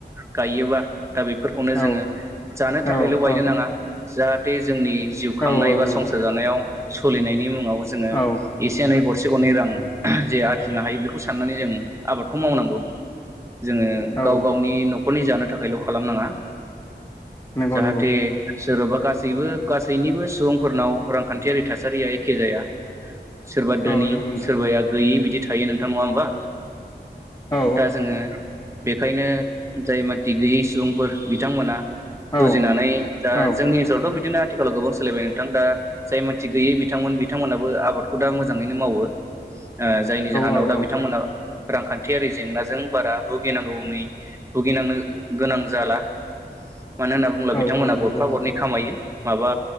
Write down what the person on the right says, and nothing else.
गायोबा बेफोरखौनो
जोङो जानो थाखायल'
बायनो
नाङा जाहाथे जोंनि जिउ खांनाय
बा
संसार जानायाव सलिनायनि जोङो
एसे एनै गर गरसे गरनै रां जे आरजिनो हायो बेखौ साननानै जों आबादखौ मावनांगौ जोङो
गाव गावनि नखरनि जानो थाखायल' खालामनाङा
जाहाथे
सोरबा गासैबो गासैनिबो सुबुंफोरनाव रांखान्थियारि थासारिया एखे जाया। सोरबा दोनि
सोरबाया
गैयि बिदि थायो नोंथां नङा होमबा?
दा जोङो बेखायनो जाय बादि गैयै सुबुंफोर बिथांमोना
बुजिनानै दा
जोंनि ओनसोलावथ' बिदिनो आथि गोबां सोलायबाय नोंथां दा जाय मानसि गैयै बिथांमोन बिथांमोनाबो आबादखौ दा मोजाङैनो मावो। ओ जायनि जाहोनाव
दा
बिथांमोना रांखान्थियारि जेंनाजों बारा भुगिनांगौनि भुगिनांनो गोनां जाला। मानो होनना बुङोब्ला
बिथांमोना
गरफा
गरनै खामायो। माबा